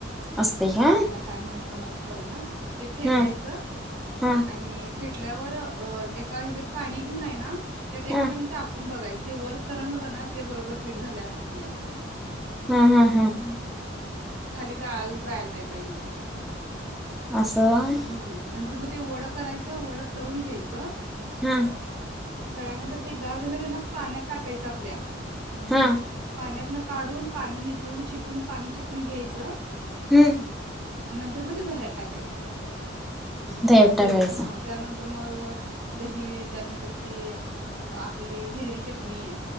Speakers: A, in the centre; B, on the right (about 70°).
A: असतय
B: त्याला
A: का
B: काय म्हणायचं मला कळ ना. ते फेटायचं
A: ह ह
B: आणि फेट टल्यावर अ एका ह्याच्यात पाणी घेऊन आहे ना त्यात एक
A: ह
B: ठेम टाकून बघायचं. ते वर तरंगलं ना ते बरोबर पीठ झाले असं म्हणायचं.
A: हम्म हम् हम
B: खाली गाळाला जायला नाही पाहिजे ते.
A: असं होय..
B: हम्म नंतर मग ते वड करायचं वडं तळून घ्यायचं.
A: हम
B: तळ्यानंतर ते गार झाल्यावर आहे ना पाण्यात टाकायचं आपल्या
A: हा
B: पाण्यात न, काढून पाणी नितळून, चिपून पाणी चिपून घ्यायचं.
A: हम्म
B: आणि नंतर मग ती दह्यात टाकायचं.
A: दह्यात
B: आणि ते
A: टाकायचं
B: हा त्यानंतर मग दही त्यानंतर ती आपली हिरवी चटणी.